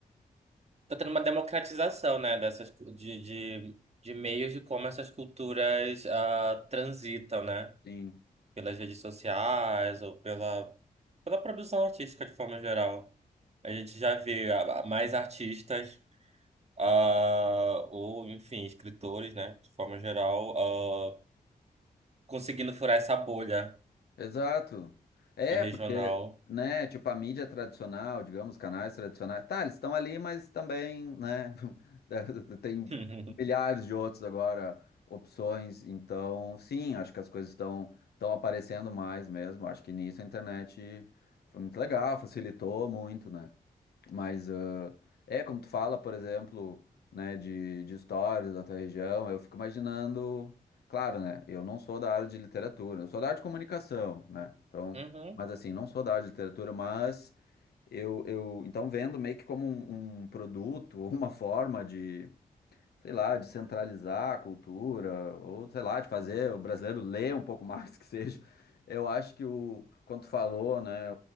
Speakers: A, on the right; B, on the left.
A: tá tendo uma democratização, né, dessas cu- de, de, de meios de como essas culturas ah, transitam, né?
B: sim.
A: Pelas redes sociais ou pela pela produção artística de forma geral. A gente já vê ah, ah, mais artistas ah, ou, enfim, escritores, né, de forma geral, ah, conseguindo furar essa bolha
B: Exato. É,
A: do regional.
B: porque, né, tipo, a mídia tradicional, digamos, canais tradicionais, tá, eles estão ali, mas também, né, <laughs> tem
A: <laughs>
B: milhares de outros agora opções, então, sim, acho que as coisas estão estão aparecendo mais mesmo, acho que nisso a internet foi muito legal, facilitou muito, né? Mas ah, é como tu fala, por exemplo, né, de, de histórias da tua região, eu fico imaginando, claro, né, eu não sou da área de literatura, eu sou da área de comunicação, né? Então,
A: Uhum,
B: mas assim, não sou da área de literatura, mas eu, eu então vendo meio que como um, um produto, <laughs> ou uma forma de sei lá, de centralizar a cultura, ou sei lá, de fazer o brasileiro ler um pouco mais <laughs> que seja. Eu acho que o, quando tu falou, né,